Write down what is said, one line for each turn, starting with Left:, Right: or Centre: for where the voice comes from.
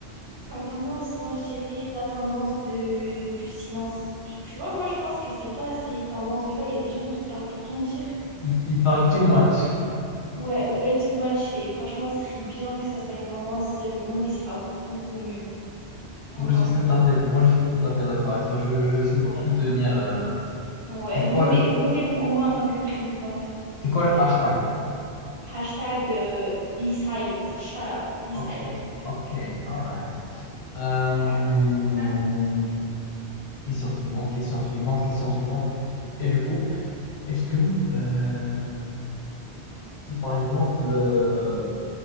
Right: Comme tendance, moi, je dirais la tendance de, du silence. Tu, tu vois, moi, je pense que c'est pas assez tendance. Tu vois, il y a des gens qui parlent pour rien dire.
Left: Il, il parle too much.
Right: Ouais, way too much. Et franchement, ce serait bien que ça soit une tendance. Le monde, il sera beaucoup mieux. T'en
Left: Moi,
Right: penses
Left: je suis tout à fait, moi, je suis tout à fait d'accord avec toi. Je, je vais sou-
Right: quoi? Ouais.
Left: soutenir. euh,
Right: Ouais,
Left: c'est
Right: votez,
Left: quoi le,
Right: votez pour moi en tant que présidente.
Left: c'est quoi le
Right: Merci.
Left: hashtag?
Right: Hashtag euh, be silent. Shut up, be
Left: Ok,
Right: silent.
Left: ok, alright. Euh,
Right: Ouais. Attends.
Left: question suivante, question suivante, question suivante. Et du coup, est-ce que, euh, si par exemple, euh,